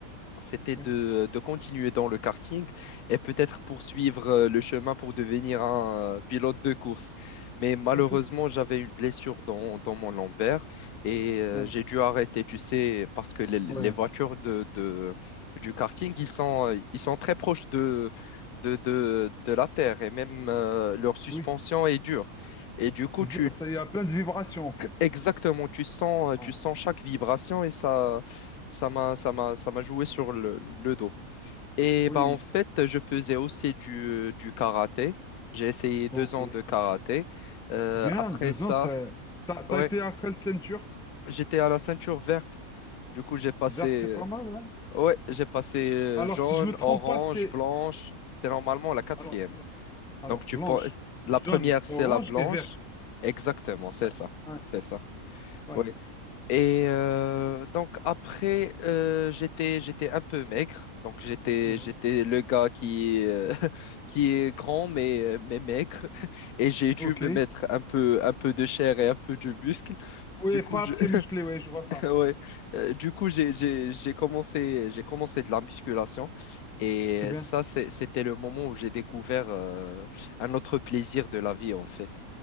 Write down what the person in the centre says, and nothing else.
Oui.
OK.
Oh.
Ouais.
Oui.
Et
Dieu, ça, il y a plein de vibrations, en fait.
Ouais.
Oui,
ok.
Bien,
deux
ans, ça...
T'as, t'as
été à quelle ceinture?
Verte, c'est
pas mal, ouais.
Alors,
si je me trompe
pas, c'est...
Alors, alors, alors,
blanche,
jaune,
orange
et verte.
Ouais,
ouais.
Mhm.
Ok.
Oui,
pas
très musclé, oui, je vois ça.
C'est bien.